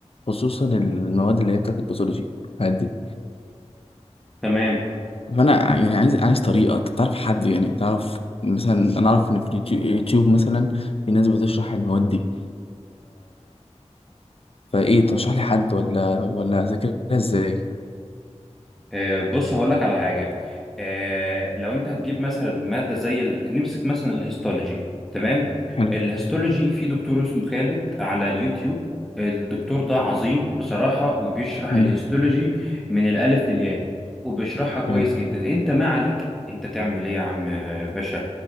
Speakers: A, on the left (about 55°); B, in the centre.
A: خصوصا المواد اللي هي بتاعت الباثولوجي الحاجات دي
B: تمام
A: فأنا ع- يعني عايز عايز طريقة أنت تعرف حد يعني تعرف مثلا أنا أعرف إن في اليوتيو- يوتيوب مثلا في ناس بتشرح المواد دي فايه ترشح لي حد ولا ولا اذاكرها ازاي
B: آه بص هقول لك على حاجه آه لو انت هتجيب مثلا ماده زي ال... نمسك مثلا الهيستولوجي تمام
A: حلو
B: الهيستولوجي في دكتور اسمه خالد على اليوتيوب الدكتور ده عظيم بصراحه وبيشرح
A: مم.
B: الهيستولوجي من الالف للياء وبيشرحها كويس
A: يعني
B: جدا انت ما عليك انت تعمل ايه يا عم آه، باشا